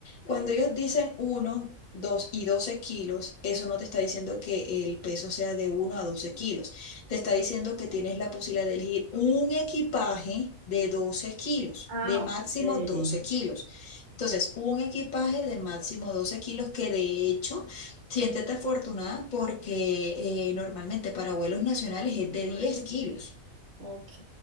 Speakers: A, on the left; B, on the right.
A: Cuando ellos dicen uno, 2 y 12 kilos, eso no te está diciendo que el peso sea de uno a doce kilos. Te está diciendo que tienes la posibilidad de elegir un equipaje de doce kilos,
B: Ah,
A: de máximo
B: ok.
A: 12 kilos. Entonces, un equipaje de máximo 12 kilos que de hecho, siéntete afortunada porque eh, normalmente para vuelos nacionales es de 10 kilos.
B: Ok,